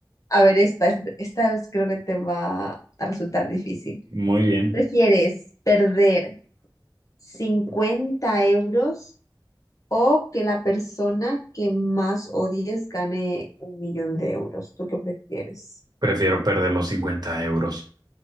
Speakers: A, on the left; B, on the right.
A: A ver, esta, es- esta es- creo que te va a resultar difícil.
B: Muy bien.
A: ¿Prefieres perder 50 euros o que la persona que más odies gane un millón de euros? ¿Tú qué prefieres?
B: Prefiero perder los 50 euros.